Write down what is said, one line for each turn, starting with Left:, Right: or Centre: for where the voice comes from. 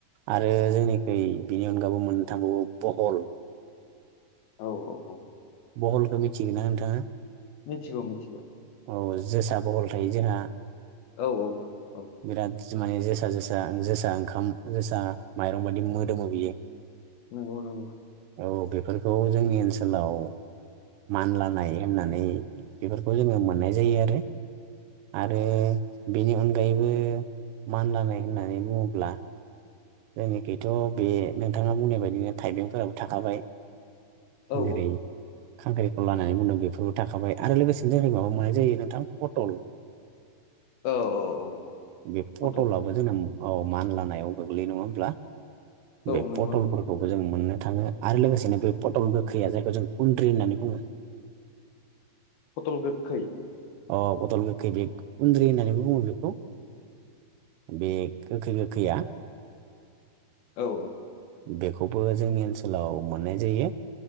Right: आरो जोंनिखै बिनि अनगाबो मोन्नो थांबावो बहल
Left: औ औ औ
Right: बहलखौ मिथिगोना नोंथाङा
Left: मिथिगौ मिथिगौ
Right: औ जोसा बहल थायो जोंहा
Left: औ औ औ
Right: बिराद जोसा जोसा जोसा ओंखाम जोसा माइरं बायदि मोदोमो बियो।
Left: नोंगौ नोंगौ
Right: औ बेफोरखौ जोंनि ओनसोलाव मानलानाय होननानै बेफोरखौ जोङो मोननाय जायो आरो आरो बेनि अनगायैबो मानलानाय होननानै बुङोब्ला जोंनिखिथ' बे नोंथाङा बुंनाय बायदिनो थाइबेंफोराबो थाखाबाय
Left: औ
Right: जेरै खांख्रिखला होननानै बुंदों बेफोरबो थाखाबाय आरो लोगोसेनो जोंनिखै माबाबो मोननाय जायो नोंथां पटल
Left: औ औ औ
Right: बे पट'लाबो
Left: फटल फटल
Right: जोंना औ मानलानायाव गोग्लैयो नङा होमब्ला
Left: औ
Right: बे
Left: नंगौ
Right: पटलफोरखौबो
Left: नंगौ
Right: जों मोननो थाङो आरो लोगोसेनो बे पटल गोखैया जायखौ जों खुन्द्रि होननानै बुङो
Left: फटल गोखै
Right: अ पटल गोखै बे खुन्द्रि होननानैबो बुङो बेखौ बे गोखैया गोखै
Left: औ औ
Right: बेखौबो जोंनि ओनसोलाव मोननाय जायो।